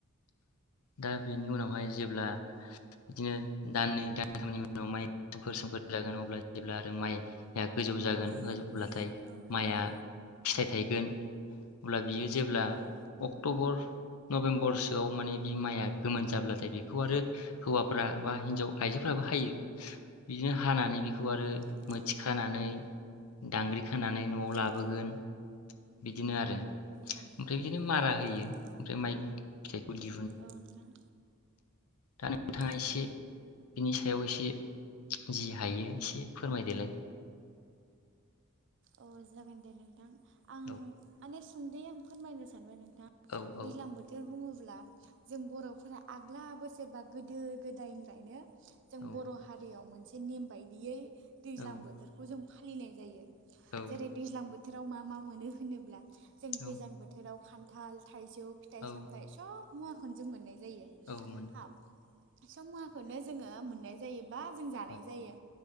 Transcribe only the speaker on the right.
उम औ
नोंथां
उम
औ
उम
औ नोंथां
औ
औ नोंथां
औ
अ जागोन दे नोंथां। आं
आनेस सोंदै आं फोरमायनो सानबाय नों थां
दैज्लां
बोथोर बुङो ब्ला जों बर'फोरा आग्ला बोसोरबा गोदो गोदायनिफ्रायनो जों
बर' हारियाव मोनस बे निम बायदियै दैज्लां
बोथोरखौ जों फालिनाय जायो
जेरै दैज्लां बोथ थोराव मा मा मोनो होनोब्ला जों
दैजां बोथोराव खान्थाल थाइजौ फिथाइ
सामथाइ सब मुवाखौनो जों मोननाय जायो
हा सब मुवाखौनो जोङो मोननाय जायो बा जों जानाय
जायो